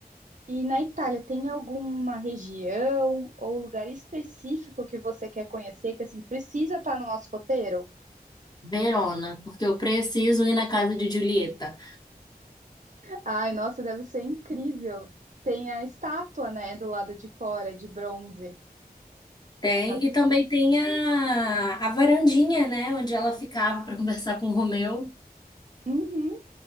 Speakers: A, on the right; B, on the left.
A: E na Itália, tem alguma região ou lugar específico que você quer conhecer que assim precisa estar no nosso roteiro?
B: Verona, porque eu preciso ir na casa de Julieta.
A: Ai, nossa, deve ser incrível. Tem a estátua, né, do lado de fora, de bronze.
B: Tem,
A: A-
B: e também tem a, a varandinha, né, onde ela ficava para conversar com o Romeu.
A: Uhum.